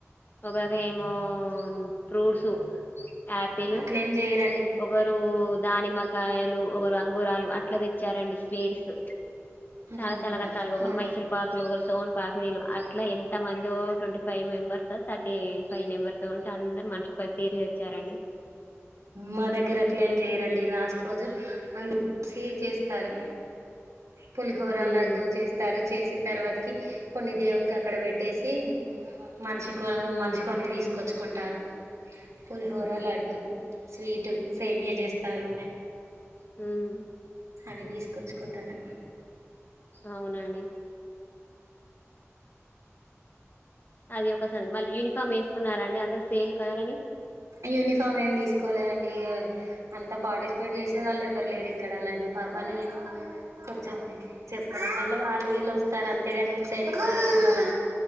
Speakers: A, on the left; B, on the right.
A: ఒకరేమో ఫ్రూట్స్ యాపిల్
B: అట్లెం చెయ్యరు
A: ఒకరు దానిమ్మకాయలు ఒకరు అంగురాలు అట్లా తెచ్చారండి స్వీట్స్
B: ఉమ్
A: చాలా చాలా రకాలుగా ఒకరు
B: మా
A: మైసూర్ పాకులు ఒకరు సోన్ పాపుడీలు అట్లా ఎంత మందో twenty five members thirty five members తో ఉంటే అందరు మనిషి ఒక తీరిగి వచ్చారండి
B: మా దగ్గర అట్లే ఏం చేయరండి లాస్ట్ రోజు అ స్వీట్ చేస్తారు పులిహోర
A: ఉమ్
B: లడ్డు చేస్తరు చేసిన తర్వాతకి కొన్ని దేవునికి అక్కడ పెట్టేసి మనిషికో
A: ఉమ్
B: మనిషికి కొన్ని తీసుకెచ్చుకుంటారు పులిహోర
A: ఉమ్
B: లడ్డూలు స్వీట్ సేమ్య చేస్తారు
A: హ్మ్
B: అవి తీసుకొచ్చుకుంటారు
A: అవునండి అది ఒకసారి మళ్ళీ యూనిఫామ్ వేసుకున్నారా అండి అందరు సేమ్ కలర్ అని
B: యూనిఫామ్ ఏమి తీసుకోలేదండి ఇ అంత పార్టిసిపేట్ చేసే వాళ్ళు ఎవ్వరు లేరు ఇక్కడ అలా పాప నేను కొంచెం చెప్పడం వల్ల వాళ్ళు వీళ్ళ ఒ వస్తారు అంతేగాని ఇటు సైడ్ ఇక్కడ లేదు కదా